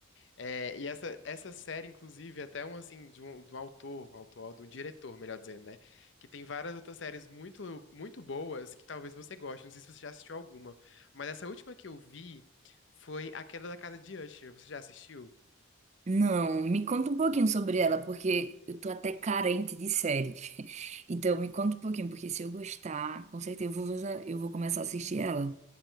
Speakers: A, on the left; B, on the right.
A: É, e essa, essa série, inclusive, é até um assim, de um, de um autor, autor, de um diretor, melhor dizendo, né? Que tem várias outras séries muito, muito boas que talvez você goste. Não sei se você já assistiu alguma, mas essa última que eu vi foi A Queda da Casa de Usher. Você já assistiu?
B: Não, me conta um pouquinho sobre ela, porque eu tô até carente de série. <laughs> Então, me conta um pouquinho, porque se eu gostar, com certeza eu vou, eu vou começar a assistir ela.